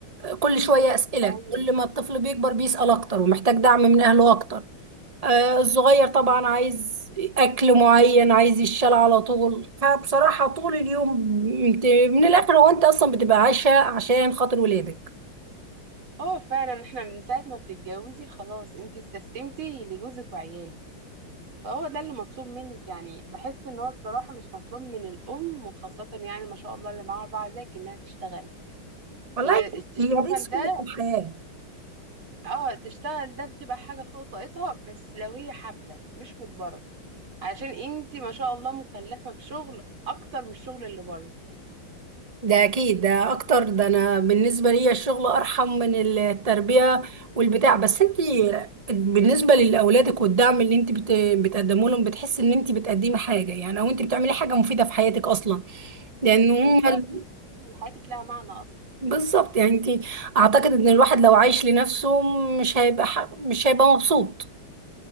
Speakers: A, on the right; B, on the right.
A: كل شوية أسئلة
B: أيوة.
A: كل ما الطفل بيكبر بيسأل أكتر ومحتاج دعم من أهله أكتر آه، الصغير طبعا عايز اكل معين عايز يشال على طول فبصراحة طول اليوم انت من الاخر هو انت اصلا بتبقى عايشة عشان خاطر ولادك
B: اه فعلا احنا من ساعه ما بتتجوزي خلاص انت استسلمتي لجوزك وعيالك هو ده اللي مطلوب منك يعني بحس ان هو الصراحه مش مطلوب من الام وخاصه يعني ما شاء الله اللي معاها اربعه زيك انها تشتغل
A: والله
B: هي تشتغل
A: هي دي سنة
B: ده
A: الحياة
B: اه تشتغل ده بتبقى حاجه فوق طاقتها بس لو هي حابه مش مجبره عشان انتي ما شاء الله مكلفه بشغل اكتر من الشغل اللي بره
A: ده اكيد ده اكتر ده انا بالنسبة لي الشغل ارحم من التربية والبتاع بس انت بالنسبة لاولادك والدعم اللي انت بت- بتقدمه لهم بتحس ان انت بتقدمي حاجة يعني او انت بتعملي حاجة مفيدة في حياتك اصلا لان هم
B: بالظبط
A: بالظبط
B: <laughs> حياتك لها معنى اصلا
A: بالظبط يعني انت اعتقد ان الواحد لو عايش لنفسه مش هيبقى ح... مش هيبقى مبسوط